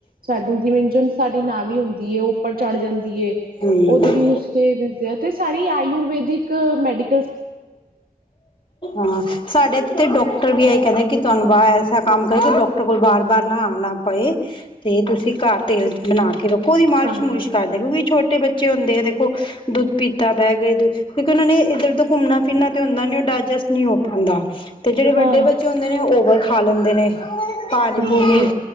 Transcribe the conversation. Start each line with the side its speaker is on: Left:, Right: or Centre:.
Right: ਸਾਡੀ ਜਿਵੇਨ ਜਿਨ ਸਾਡੀ ਨਾ ਵੀ ਹੁੰਦੀ ਉੱਪਰ ਚੜ੍ਹ ਜਾਂਦੀ
Left: ਹਮ
Right: ਉਹਦੇ ਵੀ ਨੁਸ ਦੱਸਦੇ ਆ ਤੇ ਸਾਰੀ ਆਯੁਰਵੇਦਿਕ ਮੈਡੀ
Left: ਹਾਂ ਸਾਡੇ ਅਤੇ ਡੋਕਟਰ ਵੀ ਆਈ ਕਹਿੰਦੇ ਕਿ ਤੁਹਾਨੂੰ ਵਾਹ ਐਸਾ ਕੰਮ ਕਰੇ ਕਿ ਡਾਕਟਰ ਕੋਲ ਵਾਰ ਵਾਰ ਨਾ ਆਉਣਾ ਪਏ ਪਏ ਤੇ ਤੁਸੀਂ ਘਰ ਤੇਲ ਬਣਾ ਕੇ ਰੱਖੋ ਉਹਦੀ ਮਾਲਿਸ਼
Right: ਹਾਂ-ਹਾਂ-ਹਾਂ,
Left: ਮੁਲਿਸ਼ ਕਰਦੇ ਕਿਉਂਕਿ ਛੋਟੇ ਬੱਚੇ ਹੁੰਦੇ ਆ ਦੇਖੋ ਦੁੱਧ ਪੀਤਾ ਬਹਿ ਗਏ ਦੁੱਧ ਕਿਉਂਕਿ ਉਹਨਾਂ ਨੇ ਇੱਧਰ ਉਧਰ ਘੁੰਮਣਾ ਫਿਰਨਾ ਤੇ ਹੁੰਦਾ ਨੀ ਉਹ ਡਾਇਜੈਸਟ ਨਹੀਂੀ ਹੋ ਪਾਉਂਦਾ ਜਿਹੜੇਡੇ
Right: ਹਾਂ-ਹਾਂ,
Left: ਬੱਚੇ ਹੁੰਦੇ ਉਹ ਓਵਰ ਖਾ ਲੈਂਦੇ ਨੇ ਪਾਣੀ ਪੂਣੀ
Right: ਹਾਂ ਉਹ